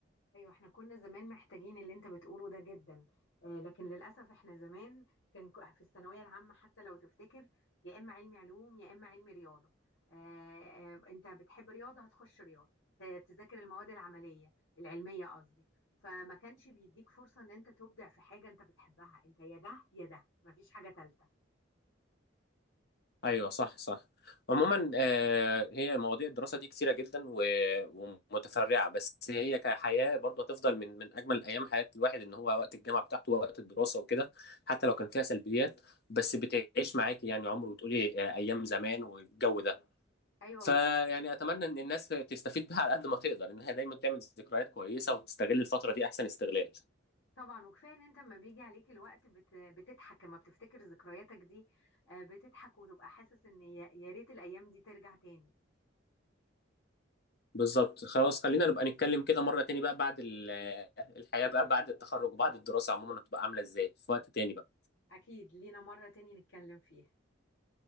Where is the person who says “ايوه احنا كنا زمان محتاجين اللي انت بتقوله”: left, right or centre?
Left